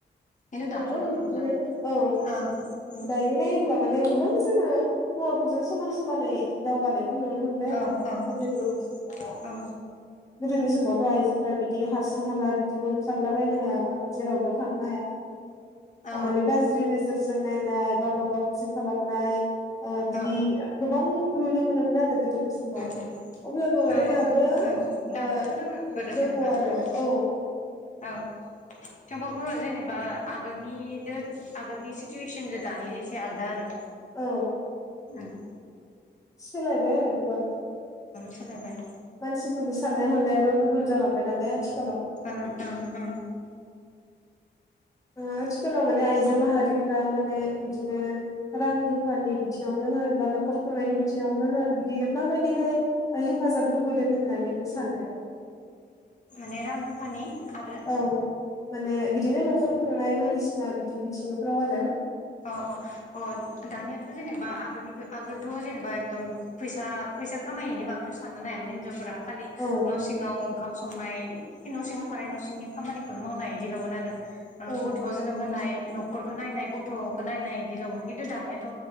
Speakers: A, on the left; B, on the left.
A: खिन्थु
B: नंगौ
A: दाथ' बिदि
B: बिदिनो
A: नंला
B: औ
A: ओं ओं
B: दायो नायोब्ला माने गोबां। खौ जोङो हौवाफोरजों समान समानै दावगानाय। खौ नुनो मोनबाय
A: औ
B: आरो
A: औ
B: गोदोनि
A: औ
B: मिथिनायाव।
A: औ
B: गोदोनि समावथ' आइजोफ्रा बिदि हारसिं हाला बिदिबो ओंखारला बायनो हायामोन। जेरावबो थांनो हाया
A: औ
B: माने गाज्रि नोजोर। जों नायनाय बा माबा मोनसे खालामनाय। ओ बिदि
A: औ
B: गोबां नुनो मोनो। हमना हादों। गोदोनि समाव
A: उम उम
B: अब्लाबो माने
A: ओं
B: दाबो।
A: ओं दाबोथ'
B: ओ
A: दोङो बेफोरो
B: दङ
A: जेनेबा
B: आरो
A: उम
B: औ
A: औ। थेवबाबो जेनेबा आगोलनिदो आगोलनि सिटुवेसनजों दानि एसे आलदा आरो।
B: औ।
A: उम।
B: सोलायबाय आरो गोबां
A: सोलायबाय
B: मानसिफोरनि सान साननाय हनायाबो गुबुन जालांबाय नालाय आथि
A: ओं ओंओं।
B: ओ आथिखालाव माने आइजो माहारिफ्रा माने बिदिनो रां रुफानि बिथिङावनो होन बा नखर खर खुंनायनि बिथिंवनो होन। बियो माबायदिहाय हेफाजाब होबोदों होननानै नों सानो?
A: माने रां रुफानि आरो
B: औ माने बिदिनो न'खर खुंनाय बायदिसिना बिदि बिथिंफ्राव आरो
A: अ अ अ दानियाथ' जेनेबा आगोलनि आगोलथ' जेनेबा एकदम फैसा फैसा खामायनायनि बागैथ' साननो नायामोन हिनजावफोरा । खालि
B: औ
A: न' सिङाव ओंखाम सं माइ न' सिङाव थानाय न' सिंनि खामानिखौल' मावनाय इदिल'मोन आरो ।
B: औ
A: गथ' जोनोम होनाय न'खरखो नायनाय गथ'खो नायनाय इदिल'मोन, ऐखिन्थु दानियाथ'